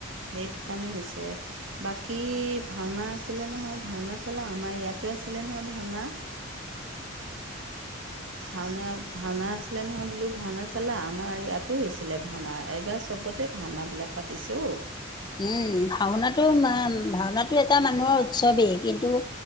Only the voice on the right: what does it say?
সেইটো কাৰণে হৈছে। বাকী ভাওনা আছিলে নহয়, ভাওনা চালা? আমাৰ ইয়াতো আছিলে নহয় ভাওনা। ভাওনা, ভাওনা আছিলে নহয়? বোলো, ভাওনা চালা? আমাৰ ইয়াতো হৈছিলে ভাওনা এইবাৰ। চবতে ভাওনাবিলাক পাতিছে অও।